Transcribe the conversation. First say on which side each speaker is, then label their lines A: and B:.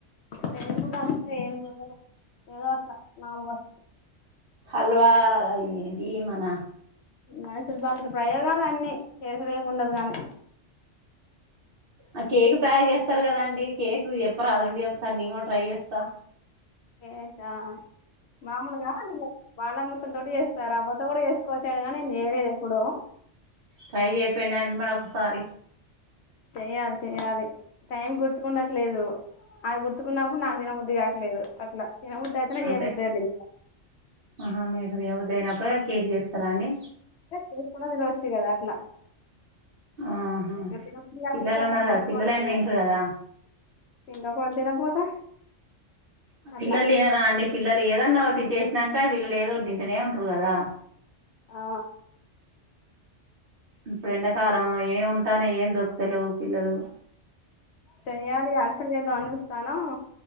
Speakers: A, on the left (about 65°); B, on the right (about 50°).
A: నేను కూడా అంతే ఏం చేయను ఏదో అట్లా నా వస్తు
B: హల్వా ఇది ఏంటి మన
A: మైసూరుపక్ తో ప్రయోగాలు అన్ని చేసుడు ఏం ఉండదు గానీ
B: ఆ కేక్ తయారు చేస్తారు కదాండి కేక్ చెప్పా రాదండి ఒకసారి నేను కూడా ట్రై చేస్తా
A: కేక మామూలుగా నేను బాలమృతం తోటి చేస్తా రవ్వ తో కూడా చేసుకోవచ్చు తారు గాని నేను చేయలేదు ఎప్పుడు
B: ట్రై చేయిపోయిండండి మరి ఒకసారి
A: చెయ్యాలి చెయ్యాలి టైం గుర్తుకుండట్లేదు అది గుర్తుకున్నప్పుడు నాకు తినబుద్దుది కావట్లేదు అట్లా తినబుద్ధి అయితేనే చేయబుద్ధి
B: అంటే
A: అయితది
B: ఆహా మీకు తినబుద్ధి అయినప్పుడే కేక్ చేస్తారా అండి
A: చూసుకుండ తినవచ్చు కదా అట్లా
B: ఆహా
A: ఇగ తినబుద్ధి కాకపోతే
B: పిల్లలు
A: అసలు
B: ఉన్నారు
A: ముట్టుకొను
B: కదా పిల్లలైనా
A: అన్నమాట
B: తింటారు కదా
A: తింటపో అని తినపోతే
B: ఆ
A: అట్లా
B: పిల్లలు తినరండి పిల్లలు ఏదన్నా ఓట్ కొట్టి చేసినంకా పిల్లలు ఏదో వోటి తింటనే ఉంటారు
A: ఆ
B: ఇప్పుడు ఎండాకాలం ఏం ఉంటాయి ఏం దొరికితే అంటూ ఏం దొరుకుతలేవు పిల్లలు
A: చెయ్యాలి హర్షలు చేద్దాం అని చూస్తానము